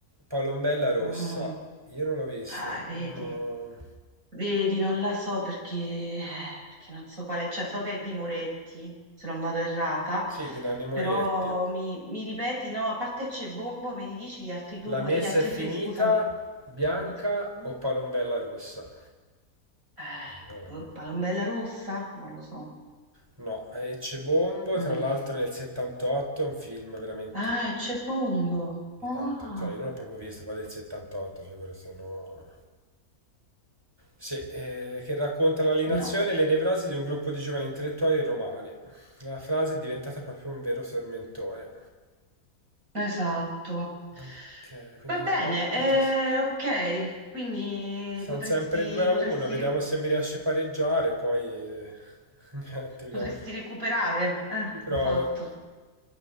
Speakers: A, on the right; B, on the right.
A: Palombella Rossa.
B: mm.
A: Io non l'ho visto.
B: Ah, vedi,
A: Sono...
B: vedi, non la so perché, perché non so quale, cioè so che è di Moretti, se non vado errata,
A: Sì, di Nanni Moretti.
B: però mi, mi ripeti, no, a parte c'è Bombo, me ne dici gli altri due,
A: La messa
B: gli altri
A: è finita,
B: tre, scusami.
A: bianca
B: Come si-
A: o palombella russa?
B: Eh,
A: Ma io-
B: boh, Palombella rossa? Non lo so.
A: No, è Cebombo,
B: Mm.
A: tra l'altro nel 78, è un film veramente
B: Ah,
A: eh,
B: è Cepombo.
A: di
B: Ah,
A: tanto, cioè io non l'ho proprio visto poi del 78, figura se no... Sì, eh, che racconta l'alienazione
B: no,
A: e le nevrosi di un gruppo di giovani intellettuali romani. La frase è diventata proprio un vero tormentone.
B: esatto.
A: Ok, quindi
B: Va
A: ho
B: bene,
A: sbagliato.
B: eh,
A: sì.
B: ok, quindi
A: Siamo
B: potresti,
A: sempre 2 a
B: potresti
A: 1, vediamo
B: re-
A: se mi riesce a pareggiare, poi eh, <laughs> niente, vediamo.
B: potresti recuperare. Eh,
A: Ci provo.
B: esatto.